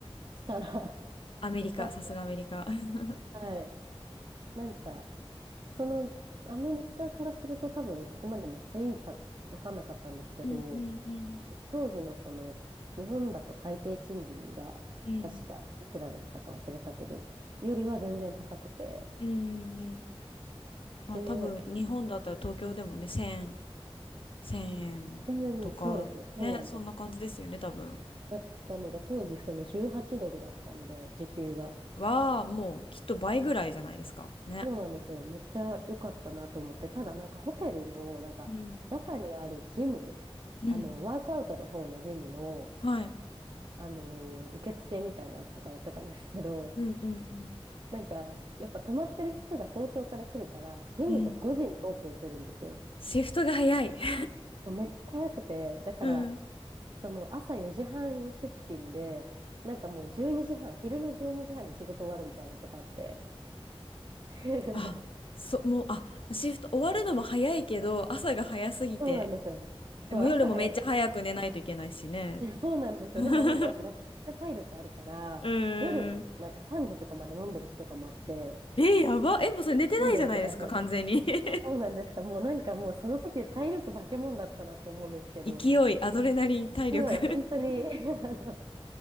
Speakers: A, on the right (about 50°); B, on the left (about 60°).
A: したら
B: アメリカ、
A: <laughs> やっ
B: さすがアメリカ。<laughs>
A: ぱ、はい。なんか、その、アメリカからすると多分そこまでめっちゃいいか分かんなかったんですけど、
B: うんうんうん。
A: 当時のその、日本だと最低賃金が、
B: <laughs> うん。
A: 確かいくらだったか忘れたけど、よりは全然高くて、
B: うんうんうん。まあ多分日本だったら東京でもね、
A: で、
B: 1000 1000円とか、
A: 1000そうですね、1円とか
B: ね、そんな感じですよね、多分。
A: だったのが、当時その18ドルだったんで、時給が。
B: は、もうきっと倍ぐらいじゃないですか。ね。
A: そうなんですよ。めっちゃ良かったなと思って、ただなんかホテルの、なんか、
B: うん。
A: 中にあるジム、
B: うん。
A: あの、ワークアウトの方のジムの、
B: はい。
A: あのー受付みたいなのとかやってたんですけど、
B: うんうんうん。
A: なんか、やっぱ泊まってる人が早朝から来るから、ジムが5時にオープンするんですよ。
B: うん。シフトが早い。<laughs>
A: めっちゃ早くて、だから、
B: うん。
A: その朝4時半出勤で、なんかもう12時半、昼の12時半にじはんに仕事終わるみたいなのとかあって。<laughs>
B: あ、そ、もう、あ、シフト終わるのも早いけど、朝が早すぎて、
A: そうなんですよ。
B: でも夜もめっちゃ早く寝ないといけないしね。
A: そう、朝早く。<laughs> そうなんですよ。
B: <laughs>
A: でもなんかやっぱ学生って体力あるから、
B: うーん。
A: 夜なんか3時とかまで飲んでる日とかもあって、
B: え、やば。え、もうそれ寝てないじゃないですか、
A: 飲んでるとかそう、
B: 完全に。<laughs>
A: そうなんですか。もうなんかもうその時体力化け物だったなと思うんですけど、
B: 勢い、アドレナリン、体力
A: 勢い、本当に、<laughs> あの、